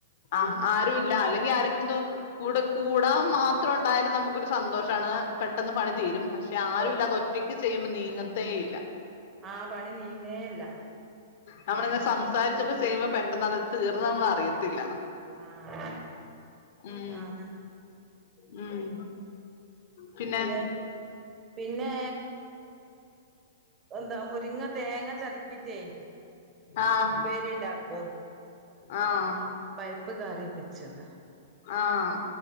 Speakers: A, on the left; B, on the right.
A: ആഹ് ആരുല്ല അല്ലെങ്കി ആരെങ്കിലൊന്ന് കൂടെ കൂടാൻ മാത്രം ഉണ്ടായാലും നമുക്കൊരു സന്തോഷമാണ് പെട്ടെന്ന് പണി തീരും പക്ഷെ പക്ഷെ ആരുല്ലാതെ
B: ഓ
A: ഒറ്റക്ക് ചെയ്യുമ്പോൾ നീ അനങ്ങത്തേ ഇല്ല
B: ആഹ് പണി നീങ്ങേല്ല
A: നമ്മളിങ്ങനെ സംസാരിച്ചൊക്കെ ചെയ്യുമ്പോ പെട്ടെന്ന് അത് തീർന്നാ നമ്മൾ അറിയത്തില്ല
B: ആഹ്
A: ഉം
B: ആഹ്
A: ഉം പിന്നെ
B: പി പിന്നെ എന്താ മുരിങ്ങ തേങ്ങ ചതക്ക <unintelligible>
A: ആഹ്
B: ഉപ്പേരി ഉണ്ടാക്കും
A: ആഹ്
B: പരിപ്പ് കറിയും വെച്ചന്ന്
A: ആഹ്